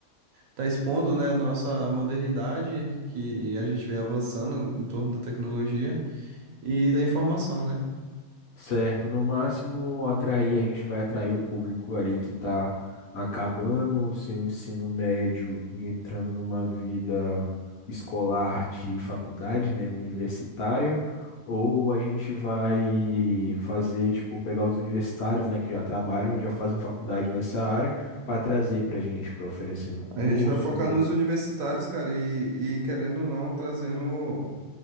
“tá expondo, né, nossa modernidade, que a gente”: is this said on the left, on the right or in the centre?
Right